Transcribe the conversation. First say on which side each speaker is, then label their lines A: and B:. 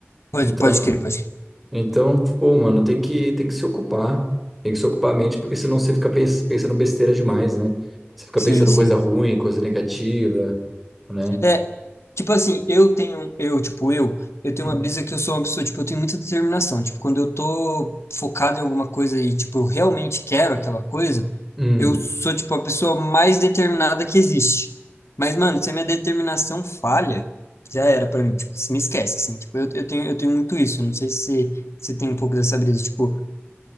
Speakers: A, on the left (about 80°); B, in the centre.
A: Pode,
B: Então,
A: pode crer, pode crer.
B: Então, pô, mano, tem que, tem que se ocupar. Tem que se ocupar a mente, porque senão você fica pens- pensando besteira demais, né? Você fica
A: Sim,
B: pensando
A: sim.
B: coisa ruim, coisa negativa, né?
A: É, tipo assim, eu tenho, eu, tipo, eu, eu tenho
B: Hum.
A: uma brisa que eu sou uma pessoa, tipo, eu tenho muita determinação. Tipo, quando eu tô focado em alguma coisa e, tipo, eu realmente quero aquela coisa,
B: Hum.
A: eu sou, tipo, a pessoa mais determinada que existe. Mas, mano, se a minha determinação falha, já era pra mim, tipo, se me esquece, assim, tipo, eu, eu tenho, eu tenho muito isso. Eu não sei se você tem um pouco dessa brisa, tipo,